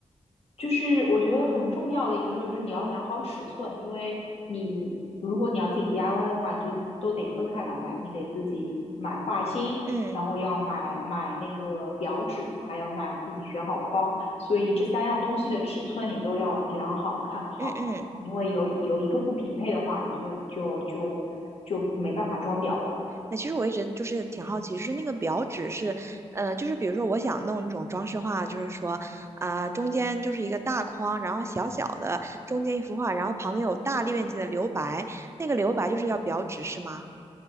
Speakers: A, on the left (about 60°); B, on the right (about 25°).
A: 就是我觉得很重要的一个就是你要量好尺寸，因为你如果你要自己 DIY 的话，你就都得分开来买，你得自己买画芯，
B: 嗯
A: 然后要买买那个表纸，还要买自己选好框，所以这三样东西的尺寸你都要量好看好，
B: 嗯嗯。
A: 因为有有一个不匹配的话，你就就就就没办法装裱了。
B: 那其实我一直就是挺好奇，就是那个表纸是，呃，就是比如说我想弄那种装饰画，就是说啊、中间就是一个大框，然后小小的中间一幅画，然后旁边有大面积的留白，那个留白就是要表纸是吗？